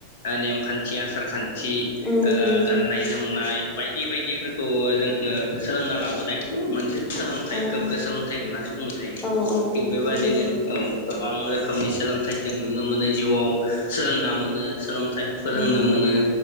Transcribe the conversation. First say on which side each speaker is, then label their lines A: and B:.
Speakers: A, on the left; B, on the left.
A: नेमखान्थि आसारखान्थि जि
B: उम
A: ओ
B: उम
A: गाननाय जोमनाय बायदि बायदिफोरखौ जोङो सोलोंना लाबोनायखौ मोनसे सोलोंथाइ
B: औ
A: गोग्गो सोलोंथाइ होननानै बुंनाय जायो
B: औ
A: थिग
B: औ
A: बेबायादिनो
B: उम
A: औ गोबां रोखोमनि सोलोंथाइ जों नुनो मोनो जिउआव सोलोंना मोनो सोलों फोरोंनो
B: जायो
A: मोनो